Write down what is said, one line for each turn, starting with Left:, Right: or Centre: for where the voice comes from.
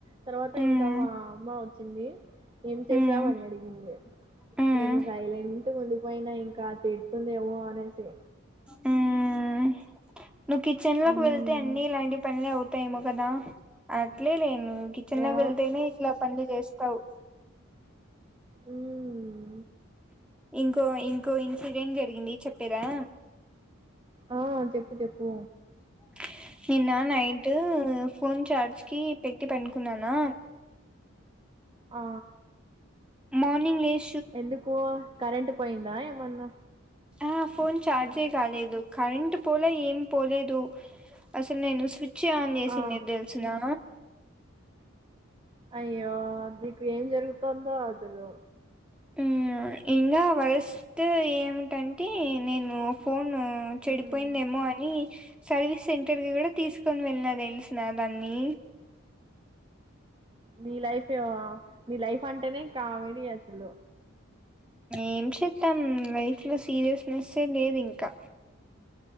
Right: తర్వాత
Centre: మ్మ్
Right: ఇంకా మా అమ్మ వచ్చింది ఏం చేసావ్
Centre: మ్మ్
Right: అని అడిగింది
Centre: మ్మ్
Right: నేను సైలంట్ గు పోయినా ఇంకా తిడుతుంది ఏమో అనేసి
Centre: మ్మ్ నువ్వు కిచెన్ లోకి
Right: మ్మ్
Centre: వెళ్తే అన్ని ఇలాంటి పనులే అవుతాయేమో కదా అట్లేలే నువ్ కిచెన్ లోకి
Right: ఆ
Centre: వెళ్తేనే ఇట్లా పనులు చేస్తావ్
Right: ఉమ్
Centre: ఇంకో ఇంకో ఇన్సిడెంట్ జరిగింది చెప్పేదా
Right: ఆ చెప్పు చెప్పు
Centre: <unintelligible> నిన్న నైటు ఫోన్ చార్జ్ కి పెట్టి పనుకున్నానా
Right: ఆ
Centre: మార్నింగ్ లేస్
Right: ఎందుకు కరెంటు పోయిందా ఏమన్నా
Centre: ఆ ఫోన్ చార్జే
Right: హ్మ్.
Centre: కాలేదు కరెంట్ పోలే ఏం పోలేదు అసలు నేను స్విచ్ స్విచ్చే ఆన్ చేసినే
Right: ఆ
Centre: తెలుసునా
Right: అయ్యో నీకు ఏం జరుగుతుందో అస్సలు
Centre: ఉమ్ ఇంగా వరస్ట్ ఏమిటంటే నేను ఫోన్ ఫోను చెడిపోయిందేమో
Right: మ్మ్
Centre: అని సర్వీస్ సెంటర్ కి కూడా తీసుకొని వెళ్ళినా తెలిసిన దాన్ని
Right: నీ లైఫ్ ఆ నీ లైఫ్ అంటేనే ఆ కామెడీ అసలు
Centre: ఏం చేస్తాం లైఫ్ లో సీరియస్నెస్ ఏ లేదు ఇంకా